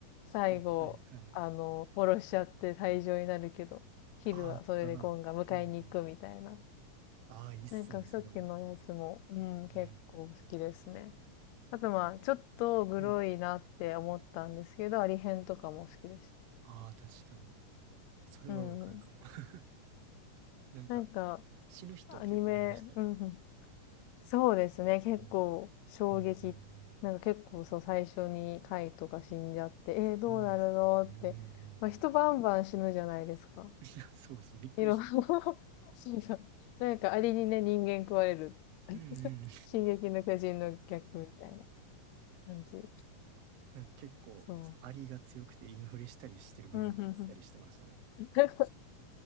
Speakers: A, on the left; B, on the right.
A: 最後、
B: はいはいはい。
A: あの、殺しちゃって退場になるけど、ヒルア、
B: ああ、あなったな。
A: それでゴンが迎えに行くみたいな。
B: うんうん。ああ、いいっすね、
A: なんか初期のやつも、
B: それはもう。
A: うん、結構好きですね。
B: うん。
A: あとまあ、ちょっとグロいなって思ったんですけど、
B: うん。
A: アリ編とかも好きです。
B: ああ、確かに。それはわかるかも。
A: うんうん。
B: <laughs> なんか、
A: なんか、
B: 死ぬ人結構いましたよね。
A: アニメ、うんうんそうですね。結構衝撃。
B: うん、うん、うん、うん。
A: なんか結構そう最初に貝とか死んじゃって、えー、どうなるのって。
B: そうですね。うんうんうん。
A: まあ、人バンバン死ぬじゃないですか。
B: <laughs> そうそう、びっくりした。
A: いろんな <laughs> そうそうなんかアリにね、人間食われる。<laughs>
B: うんうん。
A: 進撃の巨人の逆みたいな感じ。
B: なんか結構、
A: そ
B: そのアリが強くてインフレしたりしてる部分もあったりしてましたね。
A: う。うん、うん、うん。<laughs>